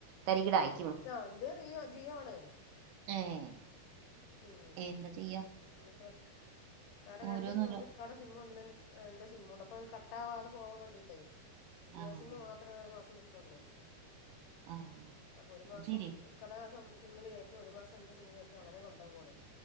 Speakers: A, on the right; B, on the left.
A: തരികിടായിക്ക്ന്ന്
B: ആഹ് എന്റെ റിയോ ജിയോ ആണ്
A: ഏഹ്
B: ഉം
A: എന്താ ചെയ്യാ
B: <unintelligible> കാരണം
A: ഓരോന്നോരോ
B: രണ്ട് സിമ്മ് ഒന്നിക്കാടെ സിമ്മും ഒന്നെൻ എൻ്റെ സി സിമ്മുണ്ട് അപ്പൊ <unintelligible> കട്ടാവാതെ പോവാൻ വേണ്ടിട്ടേ ജിയോ
A: ആഹ്
B: സിമ്മ് മാത്രമേ ഒരു മാസം നിക്കുള്ളൂ
A: ആഹ്
B: അപ്പൊ ഒരു
A: അത്
B: മാസം
A: ശെരിയാ
B: ഇക്കട സ സിമ്മില് കേറ്റും ഒരു മാസ എന്റെ സിമ്മില് കേറ്റും അങ്ങനെ കൊണ്ടോവ ഓള്